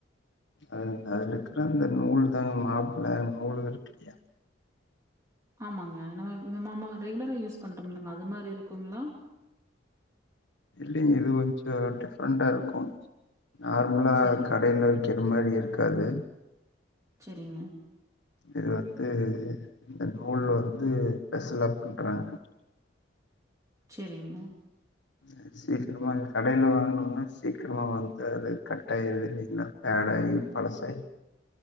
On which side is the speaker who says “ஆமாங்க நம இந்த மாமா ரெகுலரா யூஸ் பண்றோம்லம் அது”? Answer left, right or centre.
Right